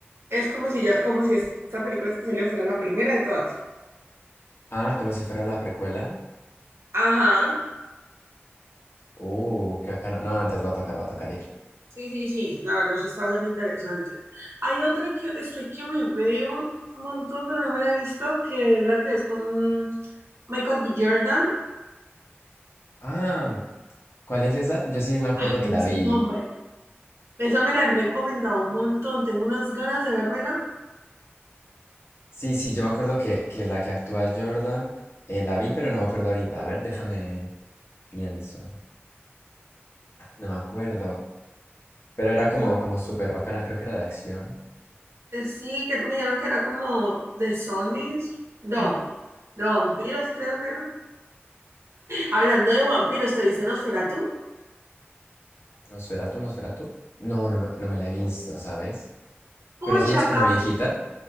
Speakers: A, on the right (about 80°); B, on the left (about 70°).
A: es como si ya, como si esta película que salió fuera la primera de todas.
B: Ah, como si fuera la precuela.
A: Ajá.
B: Uh, qué bacano. No, antes va a tocar, va a tocar ir.
A: Sí, sí, sí, la verdad sí está bastante interesante. Hay otra que estoy que me veo un montón, pero no me la he visto, que es la que es con Michael B. Jordan.
B: Ah, ¿cuál es esa? Yo sí me acuerdo
A: Ay,
B: que
A: no me
B: la
A: sé
B: vi
A: el nombre. Esa me la han recomendado un montón, tengo unas ganas de vérmela.
B: Sí, sí, yo me acuerdo que, que la que actúa Jordan eh, la vi, pero no me acuerdo ahorita. A ver, déjame, pienso. No me acuerdo. Pero era como,
A: No. me acuerdo.
B: como súper
A: el nombre.
B: bacana, creo que era de acción.
A: Eh, Sí, que me dijeron que era como de zombies. No, de vampiros creo que era. Hablando de vampiros, ¿te viste Nosferatu?
B: ¿Nosferatu, Nosferatu? No, no me, no me la he visto, ¿sabes?
A: Pucha,
B: Pero esa no es como
A: ca-
B: viejita.